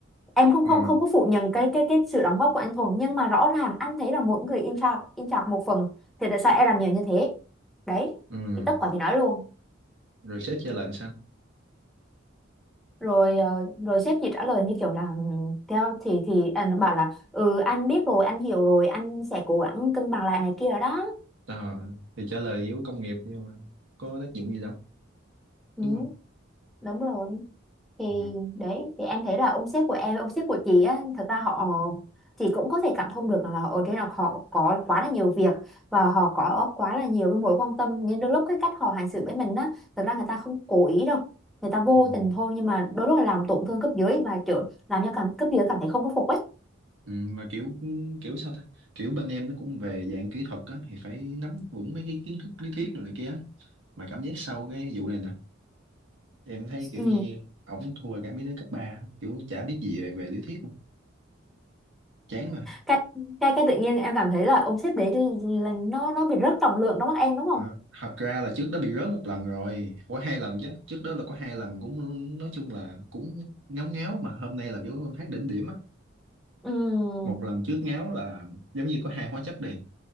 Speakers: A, in the centre; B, on the right (about 70°).
A: Em không
B: ờ,
A: không không có phủ nhận cái cái cái sự đóng góp của anh Thuần Nhưng mà rõ ràng anh thấy là mỗi người in charge, in charge một phần Thì tại sao em làm nhiều như thế Đấy
B: ừ.
A: thì tất cả thì nói luôn
B: rồi sếp chia lại sao
A: rồi ờ, rồi sếp chỉ trả lời như kiểu là "Ừ, theo thì thì anh bảo là ừ anh biết rồi anh hiểu rồi anh sẽ cố gắng cân bằng lại này kia rồi đó
B: Ờ, thì trả lời kiểu công nghiệp nhưng mà có tác dụng gì đâu
A: ừ,
B: đúng không
A: đúng rồi thì
B: Ờ.
A: đấy thì em thấy là ông sếp của em ông sếp của chị á thật ra họ chị cũng có thể cảm thông được là ở trên là họ có quá là nhiều việc và họ có quá là nhiều cái mối quan tâm nên đôi lúc cái cách họ hành xử với mình á thật ra người ta không cố ý đâu người ta vô
B: ừ.
A: tình thôi nhưng mà đôi lúc là làm tổn thương cấp dưới và kiểu làm cho cảm cấp dưới cảm thấy không có phục ấy
B: Ừ, mà kiểu kiểu sao ta kiểu bên em nó cũng về dạng kỹ thuật á thì phải nắm vững mấy cái kiến thức lý thuyết rồi này kia á. mà cảm giác sau cái vụ này nè em thấy kiểu
A: ừ
B: như ổng thua cả mấy đứa cấp ba kiểu chả biết gì về, về lý thuyết luôn. chán rồi
A: cái cái cái tự nhiên em cảm thấy là ông sếp đấy là nó nó bị rất trọng lượng trong mắt em đúng không
B: Ờ. thật ra là trước đó bị rớt một lần rồi có hai lần chứ trước đó là có hai lần cũng nói chung là cũng ngáo ngáo mà hôm nay là kiểu em thấy đỉnh điểm á
A: ừ
B: một lần trước ngáo là giống như có hai hóa chất đi